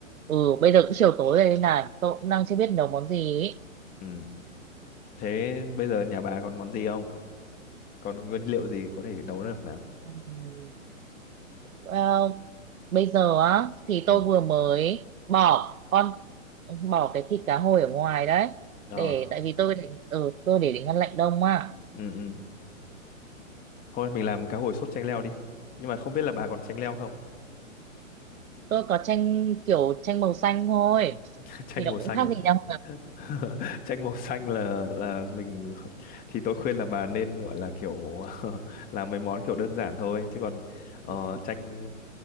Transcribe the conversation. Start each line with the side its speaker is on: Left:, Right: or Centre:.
Right: ừ bây giờ cũng chiều tối rồi đây này, tôi cũng đang chưa biết nấu món gì ấy.
Left: ừ. Thế bây giờ nhà bà còn món gì không? Còn nguyên liệu gì có thể nấu được nào?
Right: Ừ. Well, bây giờ á thì tôi
Left: Ừ,
Right: vừa mới bỏ con bỏ cái thịt cá hồi ở ngoài đấy
Left: ờ,
Right: để tại vì tôi để ừ, tôi để để ngăn lạnh đông à
Left: ừ, ừ. Thôi mình làm cá hồi sốt chanh leo đi. Nhưng mà không biết là bà còn chanh leo không?
Right: tôi có chanh kiểu chanh màu xanh thôi
Left: <laughs> Chanh
Right: thì nó
Left: màu xanh
Right: cũng khác
Left: à?
Right: gì nhau
Left: <laughs> Chanh màu xanh là là mình <laughs> thì tôi khuyên là bà nên gọi là kiểu <laughs> làm mấy món kiểu đơn giản thôi chứ còn ờ,
Right: cả
Left: chanh